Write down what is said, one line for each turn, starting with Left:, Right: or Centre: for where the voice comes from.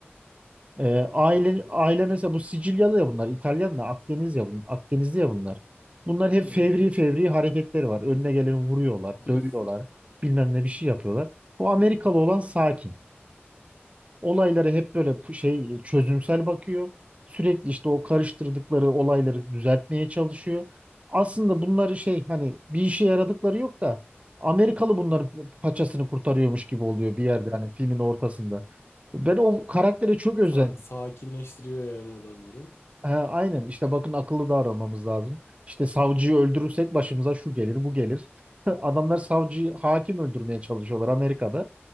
Right: Ee, aile,
Left: An-
Right: aile mesela bu Sicilyalı ya bunlar, İtalyan da Akdeniz ya bun, Akdenizli ya bunlar. Bunlar hep
Left: Evet.
Right: fevri fevri hareketleri var. Önüne geleni vuruyorlar,
Left: <laughs>
Right: dövüyorlar, bilmem ne bir şey yapıyorlar. Bu Amerikalı olan sakin olaylara hep böyle pu- şey çözümsel bakıyor. Sürekli işte o karıştırdıkları olayları düzeltmeye çalışıyor. Aslında bunları şey hani bir işe yaradıkları yok da Amerikalı bunların paçasını kurtarıyormuş gibi oluyor bir yerde hani filmin ortasında. Ben o karaktere çok özen
Left: Sa- sakinleştiriyor yani adamları.
Right: He, aynen işte bakın akıllı davranmamız lazım. İşte savcıyı öldürürsek başımıza şu gelir bu gelir. <laughs> Adamlar savcıyı hakim öldürmeye çalışıyorlar Amerika'da.